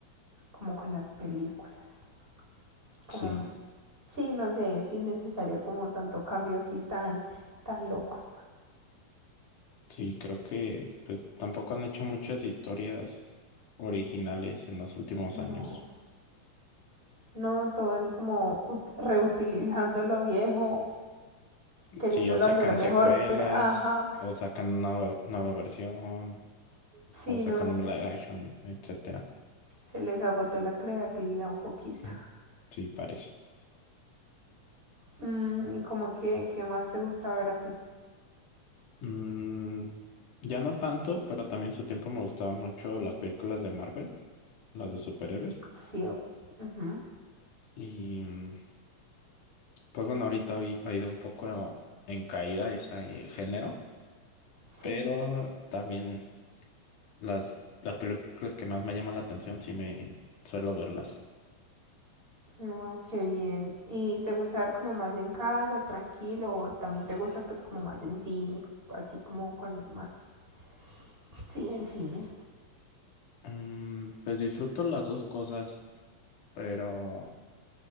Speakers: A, on the right; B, on the left.
A: como con las películas. Como,
B: Sí,
A: sí, no sé, es innecesario como tanto cambio así tan, tan loco.
B: sí, creo que pues tampoco han hecho muchas historias originales en los últimos
A: No,
B: años.
A: no, todo es como ut- reutilizando lo viejo, queriéndolo
B: Sí, o sacan
A: hacer mejor,
B: secuelas,
A: pero ajá,
B: o sacan una nueva versión,
A: sí,
B: o sacan
A: no.
B: un live action, etcétera.
A: se les agotó la creatividad un poquito.
B: <laughs> Sí, parece.
A: Mm, y como que, ¿qué más te gusta ver a ti?
B: Mm, ya no tanto, pero también en su tiempo me gustaban mucho las películas de Marvel, las de superhéroes.
A: Sí, o- ujú,
B: Y mm, Pues bueno, ahorita hoy ha ido un poco en caída ese eh, género,
A: Sí,
B: pero también las, las películas que más me llaman la atención sí me suelo verlas.
A: Ay, qué bien. ¿Y te gusta ver como más en casa, tranquilo, o también te gusta pues como más en cine, así como con más... Sí, en cine.
B: Mm, pues disfruto las dos cosas, pero